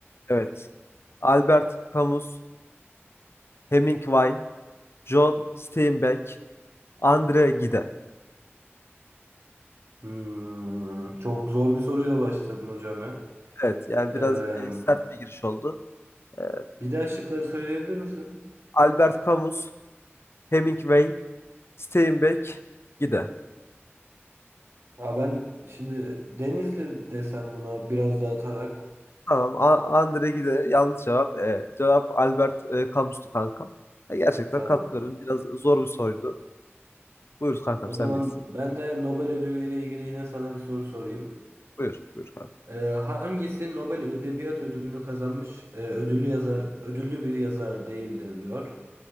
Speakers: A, on the left (about 65°); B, on the right (about 65°).
A: evet. Albert Camus, Hemingway, John Steinbeck, Andre Gide.
B: Hmm, çok zor bir soruyla başladın hocam ya.
A: Evet, yani
B: Ee,
A: biraz e, sert bir giriş oldu. E,
B: bir daha şıkları söyleyebilir misin?
A: Albert Camus, Hemingway, Steinbeck, Gide.
B: Aa, ben şimdi Denizli desem buna biraz dağıtarak.
A: Tamam, A- Andre Gide yanlış cevap. E, cevap Albert e, Camus'tu kankam. E, gerçekten
B: Tamam.
A: katılıyorum. Biraz zor bir soruydu. Buyur kankam,
B: O
A: sendeyiz.
B: zaman ben de Nobel ödülü ile ilgili yine sana bir soru sorayım.
A: Buyur. Buyur kanka.
B: Ee, hangisi Nobel Edebiyat Ödülünü kazanmış e, ödüllü yazar ödüllü bir yazar değildir diyor.